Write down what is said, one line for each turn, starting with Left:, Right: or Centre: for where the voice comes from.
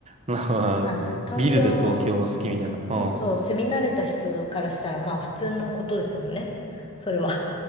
Right: なるほど、なるほど。
Left: まあ、東京、
Right: ビルで東京好きみたいな。
Left: そうそう、
Right: うん。
Left: 住み慣れた人からしたらまあ普通のことですもんね。それは。